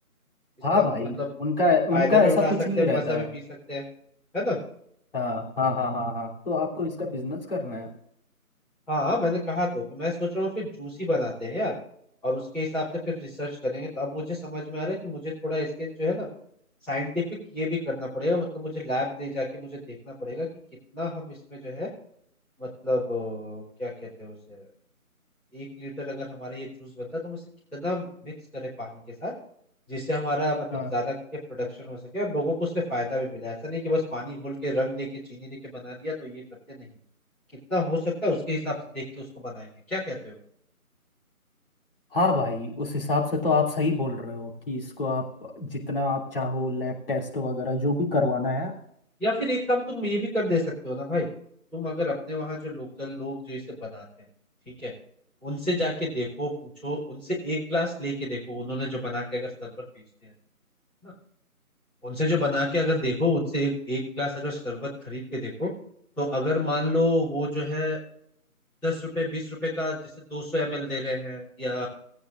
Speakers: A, in the centre; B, on the left.
A: इसका
B: हाँ
A: मतलब
B: भाई उनका
A: फायदा
B: उनका
A: भी
B: ऐसा
A: उठा
B: कुछ
A: सकते
B: नहीं
A: हैं
B: रहता
A: मजा भी
B: है
A: पी सकते हैं है ना
B: हाँ हाँ हाँ हाँ हाँ तो आपको इसका बिजनेस करना है
A: हाँ हाँ, मैंने कहा तो तो मैं सोच रहा हूँ फिर जूस ही बनाते हैं यार और उसके हिसाब से फिर रिसर्च करेंगे तो अब मुझे समझ में आ रहा है कि मुझे थोड़ा इसके जो है ना साइंटिफिक ये भी करना पड़ेगा मतलब मुझे लैब ले जाके मुझे देखना पड़ेगा कि कितना हम इसमें जो है मतलब अ, क्या कहते हैं उसे एक लीटर अगर हमारा ये जूस बनता है तो हम इसे कितना मिक्स करें पानी के साथ जिससे हमारा मतलब
B: हाँ
A: ज्यादा करके प्रोडक्शन हो सके और लोगों को उससे फायदा भी मिला ऐसा नहीं कि बस पानी घोल के रंग दे के चीनी दे के बना दिया तो ये करते नहीं कितना हो सकता है उसके हिसाब से देख के उसको बनाएंगे क्या कहते हो
B: हाँ भाई उस हिसाब से तो आप सही बोल रहे हो कि इसको आप जितना आप चाहो लैब टेस्ट वगैरह जो भी करवाना है
A: या फिर एक काम तुम ये भी कर दे सकते हो ना भाई तुम अगर अपने वहां जो लोकल लोग जो इसे बनाते हैं ठीक है उनसे जाके देखो पूछो उनसे एक ग्लास लेके देखो उन्होंने जो बना के अगर शरबत बेचते हैं ना उनसे जो बना के अगर देखो उनसे एक एक ग्लास अगर शरबत खरीद के देखो तो अगर मान लो वो जो है दस रुपए बीस रुपए का जैसे दो सौ एम एल दे रहे हैं या